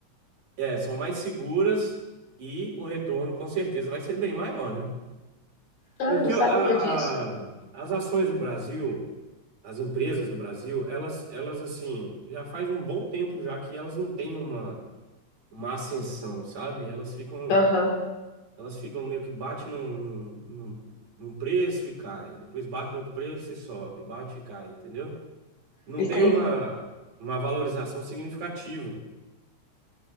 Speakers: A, on the right; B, on the left.
A: é, são mais seguras e o retorno com certeza vai ser bem maior, né?
B: Ah,
A: Porque
B: não sabia
A: a,
B: disso.
A: a- as ações do Brasil, as empresas do Brasil, elas, elas assim, já faz um bom tempo já que elas não têm uma, uma ascensão, sabe? Elas ficam
B: Aham,
A: Elas ficam meio que bate num, num, num, num preço e cai, depois bate no outro preço e sobe, bate e cai, entendeu? Não
B: entendi.
A: tem uma, uma valorização significativa.